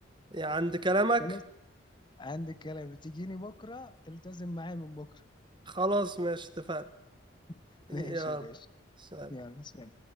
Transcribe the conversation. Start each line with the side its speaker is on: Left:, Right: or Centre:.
Right: يعني عند كلامك
Left: خلاص عندك كلام تجيني بكره تلتزم معايا من بكره
Right: خلاص ماشي اتفقنا
Left: <laughs>
Right: يلا
Left: ماشي يا باشا
Right: سلام.
Left: يلا سلام